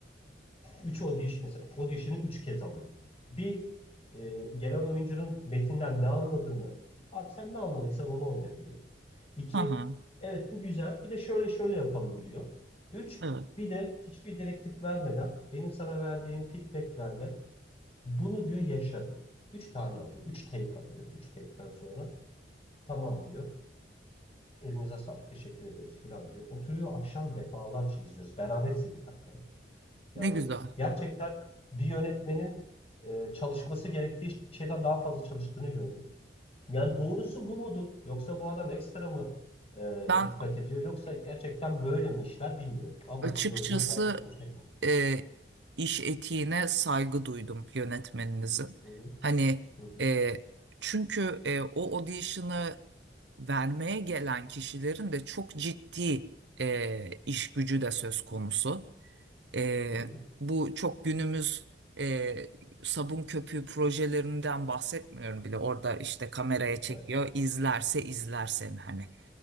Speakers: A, on the left; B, on the right.
A: 3 audition mesela audition'ı 3 kez alıyor. Bir e, gelen oyuncunun metinden ne anladığını, abi sen ne anladıysan onu oyna diyor. 2.
B: Hı hı.
A: Evet bu güzel. Bir de şöyle şöyle yapalım diyor. Üç,
B: Evet.
A: Bir de hiçbir direktif vermeden benim sana verdiğim feedbacklerle bunu diyor yaşa diyor. 3 tane alıyor. üç take alıyor. üç take'ten sonra tamam diyor. Elinize sağlık. Teşekkür ederiz filan diyor. Oturuyor akşam defalarca izliyoruz. Beraber izledik hatta. Yani
B: Ne güzel.
A: gerçekten bir yönetmenin e, çalışması gerektiği şeyden daha fazla çalıştığını gördüm. Yani doğrusu bu mudur? Yoksa bu adam ekstra mı e,
B: Ben
A: dikkat ediyor? Yoksa gerçekten böyle mi işler bilmiyorum. Ama
B: Açıkçası
A: gördüğüm şahit olduğum şey bu.
B: e, iş etiğine saygı duydum yönetmeninizin.
A: Hı hı,
B: Hani
A: hı hı,
B: e, çünkü e, o audition'ı vermeye gelen kişilerin de çok ciddi e, iş gücü de söz konusu. E,
A: hı hı.
B: bu çok günümüz e, sabun köpüğü projelerinden bahsetmiyorum bile. Orada işte kameraya çekiyor,
A: Evet.
B: izlerse izler seni hani.